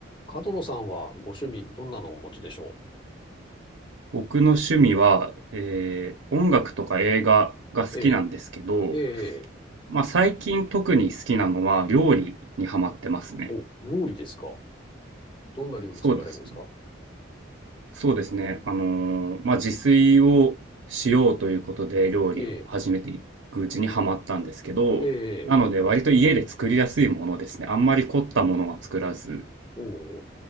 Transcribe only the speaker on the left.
角野さんはご趣味、どんなのをお持ちでしょ
うええ、ええ、
お、料理ですかどんな料理作られるんですか
ええ、ええ、
おうおう。